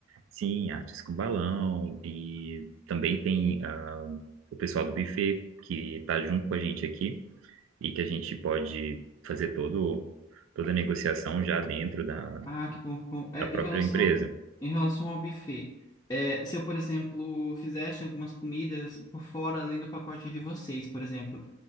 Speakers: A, on the right; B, on the left.
A: sim, artes com balão, e também tem ah, o pessoal do buffet que está junto com a gente aqui e que a gente pode fazer todo, toda a negociação já dentro da,
B: Ah, que bom, que bom. É,
A: da própria
B: em relação,
A: empresa.
B: em relação ao buffet, é, se eu, por exemplo, fizesse algumas comidas por fora, além do pacote de vocês, por exemplo,